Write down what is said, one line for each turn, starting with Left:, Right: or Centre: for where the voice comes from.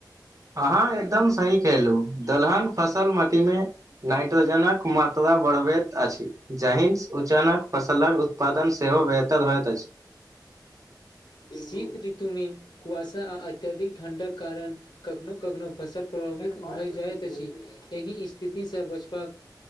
Right: अहाँ एकदम सही केहलु दलहन फसल माटी मे नाईट्रोजनक मात्रा बढ़बैत अछि। जहिंस उचानक फसलक उत्पादन सेहो बेहतर होइत अछि
Left: शीत ऋतु में कुवासा आ अत्यधिक ठण्डक कारण कखनो कखनो फसल प्रभावित भए जाइत अछि एहि स्थितिसँ बचबाक -